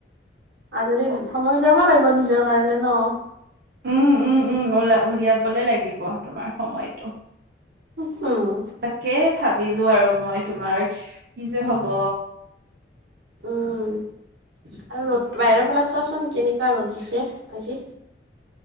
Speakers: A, on the right; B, on the right.
A: আজৰি সময় উলিয়াব লাগিব নিজৰ কাৰণে ন।
B: উম উম উম উলা উলিয়াবলে লাগিব তোমাৰ সময়টো।
A: <unintelligible>
B: তাকে ভাবিলো আৰু মই তোমাৰ কি যে
A: উম
B: হব।
A: উম, আৰু ৰ'দ বাহিৰৰ ফালে চোৱাচোন কেনেকুৱা ৰ'দ দিছে আজি।